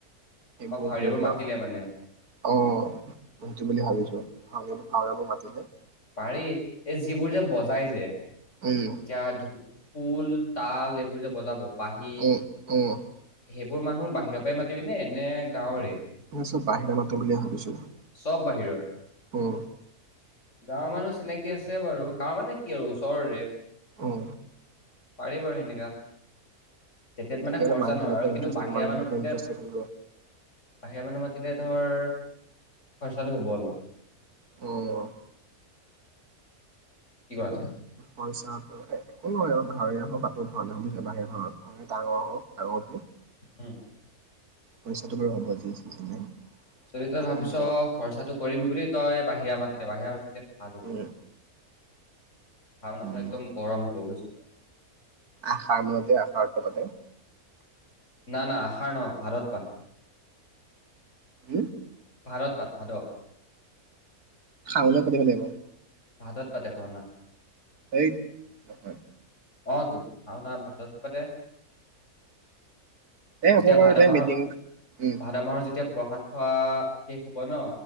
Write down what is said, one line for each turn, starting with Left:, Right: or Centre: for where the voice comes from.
Right: এইবোৰ
Left: অ ভাৱৰীয়াবোৰ
Right: ধৰি লওক
Left: মাতিলে মানে
Right: আহ সেইটো বুলি ভাবিছো ভাও ভাওৰাবোৰ মাতিলে
Left: পাৰি এই যিবোৰ যে বজাই যে
Right: উম
Left: এতিয়া খোল তাল এইবোৰ যে বজাব বাঁহী
Right: উম উম
Left: সেইবোৰ মানুহ বাহিৰৰ পৰাই মাতিবি নে নে গাঁৱৰে?
Right: মই চব বাহিৰৰ মাতো বুলি ভাবিছো,
Left: চব বাহিৰৰ
Right: উম।
Left: গাঁৱৰ মানুহ চিনাকি আছে বাৰু গাঁৱ মানে কি আৰু ওচৰৰে।
Right: অঁ।
Left: পাৰি বাৰু সেনেকা তেতিয়াতো
Right: তেতিয়াহ'লে
Left: মানে খৰচা
Right: মানুহ
Left: নহয়
Right: বিলাকৰ
Left: আৰু
Right: ইণ্টাৰেষ্ট
Left: কিন্তু বাহিৰা মানুহ
Right: বিলাকৰ
Left: মাতিলে
Right: ইণ্টাৰেষ্ট থাকিব
Left: বাহিৰা মানুহ মাতিলে ধৰ খৰচাটো হ'ব অলপ।
Right: উম
Left: কি কৰা যায়?
Right: খৰচা একো নহয় আৰু ভাওৰিয়া হওক তাতো <unintelligible> বাহিৰৰে ডাঙৰ হওক আৰু কি
Left: উম
Right: পইচাটো বাৰু হ'ব যি আছে যি নাই
Left: যদি তই
Right: পাতৌ
Left: ভাবিছ
Right: বুলি ভাবিছো
Left: খৰচাটো কৰিম বুলি তই বাহিৰা মাতিলে বাহিৰা মাতিলে ভাল হব।
Right: উম
Left: ভাওনাখন
Right: উম
Left: একদম গৰম হ'ব বুজিছ নাই
Right: আশাৰ মূলতে আৰতটো পাতে
Left: না না আশাৰ নহয় ভাৰত পাত
Right: হোঁম?
Left: ভাদত পাত ভাদত।
Right: শাওনত পাতিব লাগিব।
Left: ভাদত পাতে ভাওনা।
Right: এই নহয়।
Left: অ তো ভাওঁনা ভাদতহে পাতে।
Right: দে হ'ব
Left: যেতিয়া
Right: বাৰু
Left: ভাদ
Right: দে
Left: মাহৰ
Right: মিটিং উম
Left: ভাদ মাহৰ যেতিয়া প্ৰসাদ খোৱা শেষ হব ন